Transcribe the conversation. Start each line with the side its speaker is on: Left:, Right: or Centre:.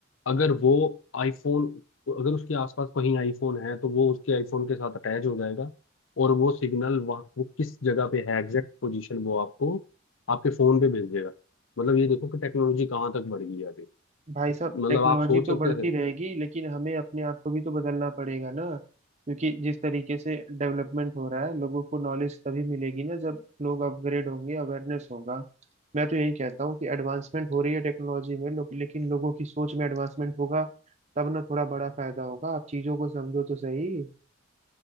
Left: अगर वो आईफोन अगर उसके आसपास कहीं आईफोन है तो वो उसके आईफोन के साथ अटैच हो जाएगा और वो सिग्नल वहाँ वो किस जगह पे है एग्जैक्ट पोजीशन वो आपको आपके फोन पे भेज देगा मतलब ये देखो कि टेक्नोलॉजी कहाँ तक बढ़ गई है अभी
Right: भाई साहब
Left: मतलब
Right: टेक्नोलॉजी
Left: आप सोच
Right: तो
Left: सकते
Right: बढ़ती
Left: थे
Right: रहेगी लेकिन हमें अपने आप को भी तो बदलना पड़ेगा ना क्योंकि जिस तरीके से डेवलपमेंट हो रहा है लोगों को नॉलेज तभी मिलेगी ना जब लोग अपग्रेड होंगे अवेयरनेस होगा मैं तो यही कहता हूँ कि एडवांसमेंट हो रही है टेक्नोलॉजी में लो, लेकिन लोगों की सोच में एडवांसमेंट होगा तब ना थोड़ा बड़ा फायदा होगा आप चीजों को समझो तो सही